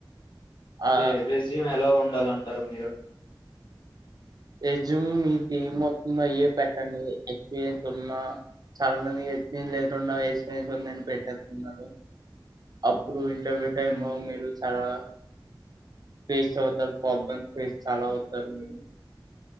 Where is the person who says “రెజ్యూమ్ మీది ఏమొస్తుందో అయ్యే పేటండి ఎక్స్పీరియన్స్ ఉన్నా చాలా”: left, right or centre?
Right